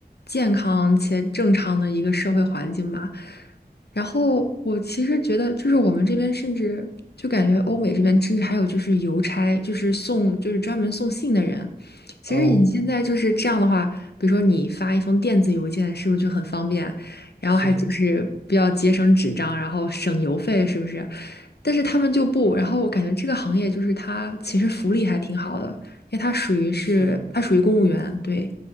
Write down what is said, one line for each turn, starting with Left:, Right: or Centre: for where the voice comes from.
Left: 健康且正常的一个社会环境吧。然后我其实觉得，就是我们这边甚至就感觉欧美这边甚至还有就是邮差，就是送就是专门送信的人。其实你现在就是这样的话，
Right: 哦，
Left: 比如说你发一封电子邮件，是不是就很方便？然后还就是比较节省纸张，
Right: 是的，
Left: 然后省邮费，是不是？但是他们就不，然后我感觉这个行业就是它其实福利还挺好的，因为它属于是它属于公务员，
Right: 是。
Left: 对。